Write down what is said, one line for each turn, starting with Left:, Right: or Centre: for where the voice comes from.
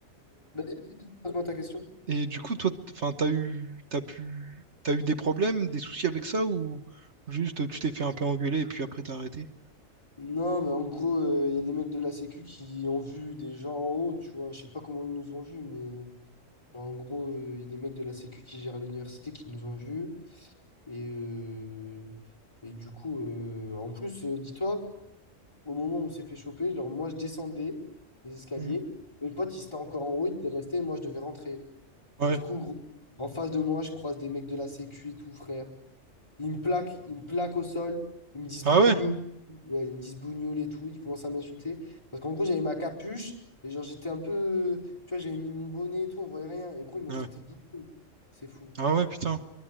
Left: Vas-y, pose-moi ta question.
Right: Et du coup, toi, t- enfin, t'as eu, t'as pu, t'as eu des problèmes, des soucis avec ça ou juste tu t'es fait un peu engueuler et puis après t'as arrêté?
Left: Non, mais en gros, euh, il y a des mecs de la Sécu qui ont vu des gens en haut, tu vois. Je sais pas comment ils nous ont vus, mais genre, en gros, euh, il y a des mecs de la Sécu qui gèrent l'université qui nous ont vus. Et, euh, et du coup, euh, en plus, euh, dis-toi, au moment où on s'est fait choper, genre, moi, je descendais les escaliers.
Right: Hmm.
Left: Mes potes, ils étaient encore en haut, ils étaient restés, et moi, je devais rentrer.
Right: Ouais.
Left: Et du coup, gros, en face de moi, je croise des mecs de la Sécu et tout, frère. Ils me plaquent, ils me plaquent au sol. Ils me disent
Right: Ah
Left: bougnoule.
Right: ouais?
Left: Ouais, ils me disent bougnoule et tout. Ils commencent à m'insulter. Parce qu'en gros, j'avais ma capuche. Et genre, j'étais un peu. Tu vois, j'avais mis mon bonnet et tout. On voyait rien. Et gros, ils m'ont
Right: Ouais.
Left: traité de bougnoule. C'est fou.
Right: Ah ouais, putain.